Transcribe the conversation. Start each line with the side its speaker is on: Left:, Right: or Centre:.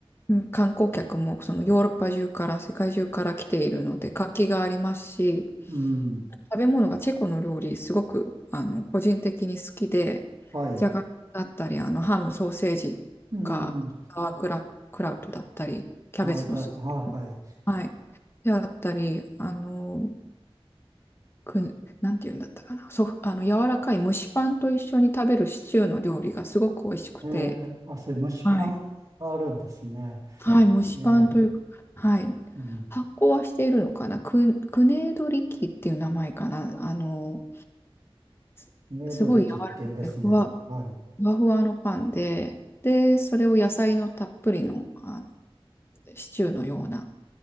Left: うん観光客もそのヨーロッパ中から世界中から来ているので活気がありますし、
Right: うん、
Left: 食べ物がチェコの料理、すごくあの個人的に好きで、
Right: はい。
Left: じゃがいもだったり、あのハム、ソーセージとか、
Right: うん。
Left: サワークラ、クラウトだったり、キャベツのスープ。
Right: ああ、じゃあ、はい、はい。
Left: はい。であったり、あの、く、なんていうんだったかな、そ、あの柔らかい蒸しパンと一緒に食べるシチューの料理がすごく美味しくて、
Right: ええ、あ、そういう蒸しパンがあるんですね。
Left: はい、はい蒸しパンというか、
Right: ええ、
Left: はい、
Right: うん
Left: 発酵はしているのかな、ク、クネードリキっていう名前かな、あの、す、
Right: ねどりきって言うんですね。
Left: すごい柔らかくてふわ、
Right: はい。
Left: ふわふわのパンで、で、それを野菜のたっぷりの、あシチューのような